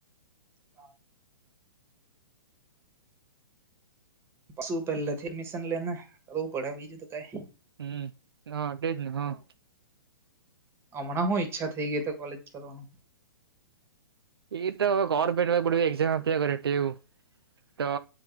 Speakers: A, on the right (about 20°); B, on the right (about 80°).
A: હા સુ પેલાથી એડમિશન લે ને, કરવું પડે બીજું તો કઈ
B: હમ હા તેજ ને હહ.
A: હમણાં હું ઈચ્છા થઈ ગઈ એતો કોલેજ કરવાનું.
B: એ તો ગવર્મેન્ટ વાળી બધી એક્ઝામ આપ્યા કરે તેવું. તો